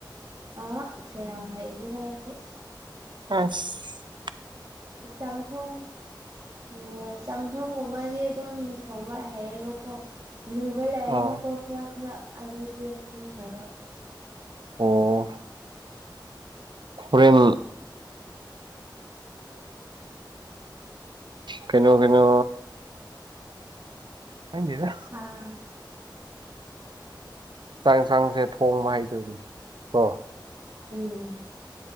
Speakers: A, on the right (about 50°); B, on the right (about 70°).
A: ꯑꯥ ꯀꯌꯥꯝꯍꯩꯇꯦꯗꯥ ꯑꯩꯗꯤ
B: ꯑꯥꯁ
A: ꯀꯩꯁꯥꯝꯊꯣꯡ ꯑꯣ ꯆꯝꯊꯣꯡꯒꯨꯝꯕꯁꯦ ꯑꯗꯨꯝ ꯊꯣꯡꯕ ꯍꯥꯏꯌꯦꯕꯀꯣ꯫ ꯂꯨꯕ ꯂꯩꯔ
B: ꯑꯥ
A: ꯅꯀꯣ ꯈꯔ ꯈꯔ ꯑꯗꯨꯗꯤ ꯈꯪꯗꯥꯕ
B: ꯑꯣ ꯐꯣꯔꯦꯟ ꯀꯩꯅꯣ ꯀꯩꯅꯣ ꯈꯪꯗꯦꯗ
A: ꯑꯥ
B: ꯆꯥꯡ ꯌꯦꯟꯁꯥꯡꯁꯦ ꯊꯣꯡꯕ ꯍꯥꯏꯗꯣꯏꯅꯤ ꯀꯣ
A: ꯎꯝ